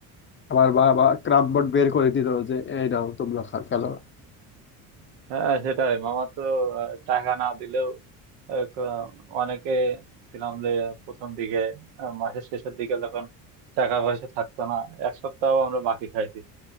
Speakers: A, on the left (about 25°); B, on the right (about 70°).
A: আবার বাবা ক্রাম বোর্ড বের করে দিত যে এই নাও তোমরা খা- খেলো
B: হ্যাঁ সেটাই মামা তো আহ, টাকা না দিলেও আহ, ক- অনেকে ছিলাম যে প্রথম দিকে আহ, মাসের শেষের দিকে যখন টাকা পয়সা থাকতো না এক সপ্তাহ আমরা বাকি খাইছি